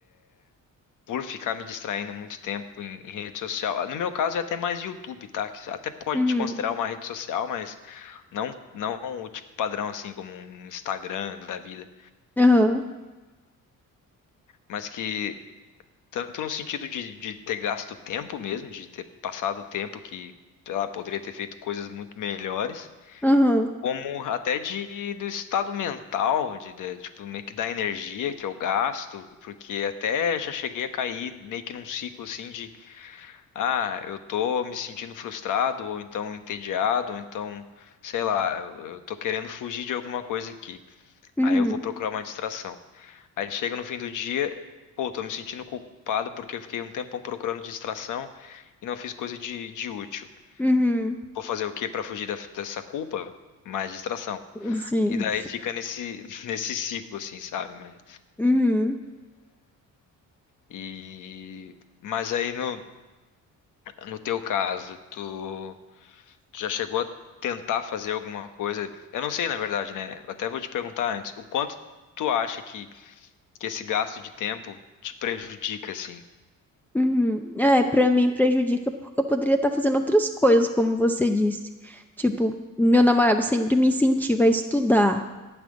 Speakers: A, on the left; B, in the centre.
A: por ficar me distraindo muito tempo em, em rede social. Ah, No meu caso é até mais YouTube, tá? Que até pode
B: uhum.
A: te considerar uma rede social, mas não, não o tipo padrão assim como um Instagram da vida,
B: Aham,
A: mas que tanto no sentido de, de ter gasto tempo mesmo, de ter passado tempo que, sei lá, poderia ter feito coisas muito melhores
B: aham,
A: como até de do estado mental, de, de, tipo meio que da energia que eu gasto, porque até já cheguei a cair meio que num ciclo assim de ah, eu tô me sentindo frustrado ou então entediado, ou então sei lá, eu, eu tô querendo fugir de alguma coisa aqui.
B: uhum,
A: Aí eu vou procurar uma distração. Aí chega no fim do dia, pô, tô me sentindo culpado porque eu fiquei um tempão procurando distração e não fiz coisa de, de útil.
B: uhum.
A: Vou fazer o quê para fugir da- dessa culpa? Mais distração.
B: Sim.
A: E daí fica nesse, <laughs> nesse ciclo, assim, sabe? Mas,
B: Uhum.
A: e, mas aí no, no teu caso, tu, tu já chegou a tentar fazer alguma coisa? Eu não sei, na verdade, né? Até vou te perguntar antes, o quanto tu acha que, que esse gasto de tempo te prejudica, assim?
B: Uhum. É, pra mim prejudica porque eu poderia estar fazendo outras coisas, como você disse. Tipo, meu namorado sempre me incentiva a estudar.